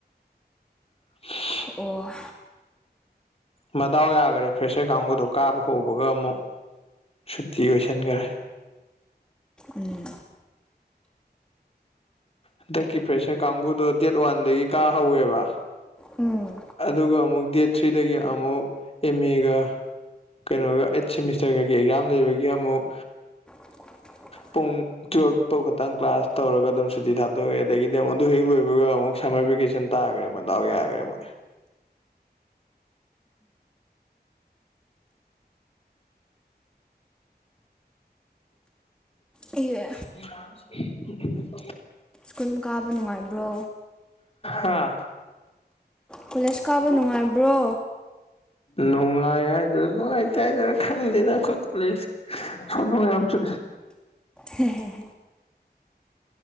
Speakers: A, on the left; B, in the centre.
A: <unintelligible>
B: ꯑꯣ
A: ꯃꯗꯥꯎ ꯌꯥꯒꯔꯦ ꯐ꯭ꯔꯦꯁꯔ ꯀꯥꯡꯒꯨꯗꯣ ꯀꯥꯕ ꯍꯧꯕꯒ ꯑꯃꯨꯛ ꯁꯨꯇꯤ ꯑꯣꯏꯁꯟꯒ꯭ꯔꯦ
B: ꯎꯝ
A: ꯍꯟꯗꯛꯀꯤ ꯐ꯭ꯔꯦꯁꯔ ꯀꯥꯡꯒꯨꯗꯣ ꯗꯦꯠ ꯋꯥꯟꯗꯒꯤ ꯀꯥ ꯍꯧꯋꯦꯕ
B: ꯎꯝ
A: ꯑꯗꯨꯒ ꯑꯃꯨꯛ ꯗꯦꯠ ꯊ꯭ꯔꯤꯗꯒꯤ ꯑꯃꯨꯛ ꯑꯦꯝ ꯑꯦꯒ ꯀꯩꯅꯣꯒ ꯑꯩꯠ ꯁꯦꯃꯤꯁꯇꯔꯒꯒꯤ ꯑꯦꯛꯖꯥꯝ ꯂꯩꯕꯒꯤ ꯑꯃꯨꯛ
B: <inaudible>
A: ꯄꯨꯡ ꯇꯨꯌꯦꯜꯞ ꯐꯥꯎ ꯈꯛꯇꯪ ꯀ꯭ꯂꯥꯁ ꯇꯧꯔꯒ ꯑꯗꯨꯝ ꯁꯨꯇꯤ ꯊꯥꯗꯣꯛꯑꯦ ꯑꯗꯒꯤꯗꯤ ꯑꯃꯨꯛ ꯑꯗꯨ ꯍꯦꯛ ꯂꯣꯏꯕ ꯑꯃꯨꯛ ꯁꯝꯃꯔ ꯚꯦꯟ ꯁꯤꯟ ꯇꯥꯈ꯭ꯔꯦ ꯃꯗꯥꯎ ꯌꯥꯈ꯭ꯔꯦ ꯃꯣꯏ
B: ꯏ
A: <unintelligible>
B: ꯁ ꯀꯨꯟ ꯀꯥꯕ ꯅꯨꯡꯉꯥꯏꯕ꯭ꯔꯣ
A: ꯍꯥꯥ
B: ꯀꯣꯂꯦꯖ ꯀꯥꯕ ꯅꯨꯡꯉꯥꯏꯕ꯭ꯔꯣ
A: ꯅꯨꯡꯉꯥꯏ ꯍꯥꯏꯗꯔ ꯅꯨꯡꯉꯥꯏꯇꯦꯗꯔꯥ ꯈꯪꯗꯦꯗ ꯑꯩꯈꯣꯏ ꯀꯣꯂꯦꯖ ꯁꯅꯣꯉꯌꯥꯝꯝꯁꯨ
B: ꯍꯦꯟ